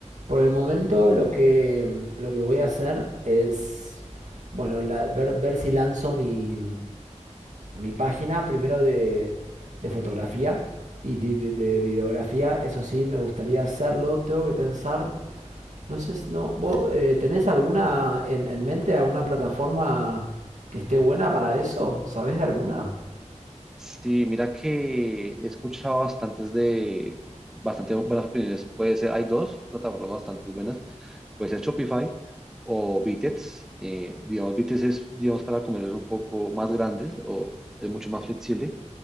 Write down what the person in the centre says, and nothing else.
Sí, mira que he escuchado bastantes de, bastante buenas opiniones. Puede ser, hay dos plataformas bastante buenas, puede ser Shopify o Bitets. Eh, digamos, Bitets es, digamos, para comercios un poco más grandes o es mucho más flexible